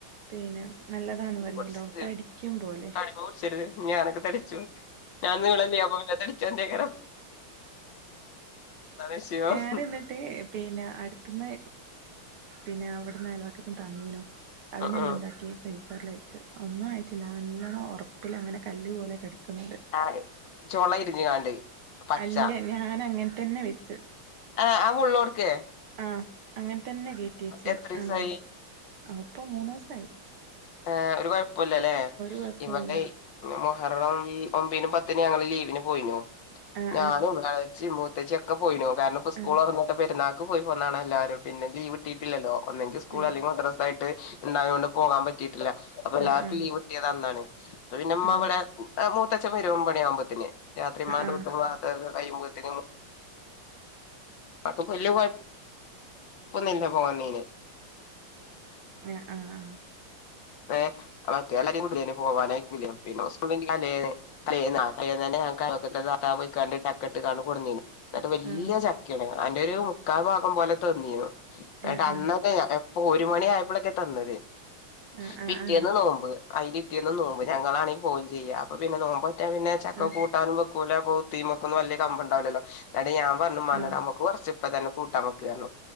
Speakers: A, on the right (about 80°); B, on the left (about 60°).
A: പിന്നെ നല്ലതാന്ന് പറയല്ലോ
B: പൊടിച്ചരുത്
A: തടിക്കും പോലെ
B: തടിമ പിടിച്ചരുത് ഞാനൊക്കെ തടിച്ചു ഞാൻ നീളല്ലെ അപ്പ തടിച്ചു എന്തക്കാരം വിഷയം
A: ഞാൻ എന്നിട്ട് പിന്നെ അടുത്തന്ന് പിന്നെ അവിടുന്ന് അയലവാക്ക തന്നീനോ
B: ഉം
A: അത് ഞാൻ എന്താക്കിയ ഫ്ര റിലഴച്ച് ഒന്നും ആയിട്ടില്ല നല്ലോണ്ണം ഉറപ്പിൽ അങ്ങനെ കല്ല് പോലെക്കെടിക്കുന്നുണ്ട്
B: ആ ചോള ഇരിഞ്ഞു കാണ്ട് പച്ച
A: അല്ല ഞാൻ അങ്ങനെ തന്നെ വെച്ച്
B: ആഹ് അമൂള്ളാട്ക്കെ
A: ആഹ് അങ്ങനെ തന്നെ കെറ്റി വച്ച് ണ്
B: എത്രീസായി
A: ആ അപ്പൊ മൂന്നു ദിവസയി
B: ആ ഒരു കുഴപ്പല്ലല്ലേ
A: കൊഴപ്പൂല്ല
B: ഇവിടെ കാരണം ഈ ഒമ്പിന് പത്തിന് ഞങ്ങള് ലീവിന് പോയിനോ
A: ആഹ്
B: ഞാനും എള ച്ചിം മൂത്തേച്ചൊക്കെ പോയിനു കാരണം ഇപ്പോ സ്കൂൾ
A: ആഹ്
B: തൊറന്നിട്ട പെരുന്നാക്ക് പോയി പോന്നാണ് എല്ലാവാരും പിന്നെ ലീവ് കിട്ടിട്ടില്ലല്ലോ ഒന്നെങ്കിൽ സ്കൂൾ
A: ആഹ്
B: അല്ലെങ്കിൽ മദ്രസ ആയിട്ട്ണ്ടായത് കൊണ്ട് പോകാൻ പറ്റിട്ടില്ല അപ്പൊ
A: ആഹ്
B: എല്ലാവർക്കും
A: ആഹ്
B: ലീവ്ട്ടിയ താപ്പൊ ന്നാണ് പിന്നെമ്മ
A: ആഹ്
B: അവിടെ മൂത്തച്ഛൻ വരും ഒമ്പത് മണിയാവുമ്പോത്തന്നെ രാത്രി മ്മാൻ്റെ
A: ആഹ്
B: ഓത്തും പട്ടും കയിയുമ്പോഴത്തേും അപ്പ വല്യ കൊഴ പ്പൊന്നുല്ല്യ പോകന്നീന്
A: ആഹ് ആഹ് ആഹ്
B: ഏ മറ്റേ എല്ലാരെയും കൂടെ പോവാനായിക്കൂല പിന്നെ <unintelligible> അല്ലേ തലേന്ന് തലേന്നെന്നെ ഞങ്ങൾക്ക് അയലക്കത്തെ താത്ത പോയിക്കാണ്ട് ചക്കെട്ട് കൊട്ന്നീനി എന്നിട്ട്
A: ആഹ്
B: വല്യ ചക്കയാണ് അന്റെ ഒരു മുക്കാൽ ഭാഗം പോലെ തന്നിനു എന്നട്ട്
A: ആഹ് ആഹ് ആഹ് ആഹ് ആഹ് ആഹ് ആഹ്
B: അന്നക്കെ ഇപ്പൊ ഒരു മണി ആയപ്പോളൊക്കെ തന്നത്
A: ആഹ്
B: പി പിറ്റേന്ന് നോമ്പ് അയ്ൻ്റെ പിറ്റേന്ന് നോമ്പ് ഞങ്ങളാണെങ്കിൽ പോയി ചെയ്യാം അപ്പൊ പിന്നെ നോമ്പ് മറ്റേ പിന്നെ ചക്ക
A: ആഹ്
B: കൂട്ടാനും വെക്കൂല പൊവ്ത്തിമക്കൊന്നും വല്ല്യ കമ്പം ഉണ്ടാവില്ലല്ലോ അടെ ഞാൻ പറഞ്ഞു മ്മാനോട്
A: ആഹ്
B: നമ്മക്ക് കൊറച്ചു ഇപ്പ തന്നെ കൂട്ടാൻ വക്ക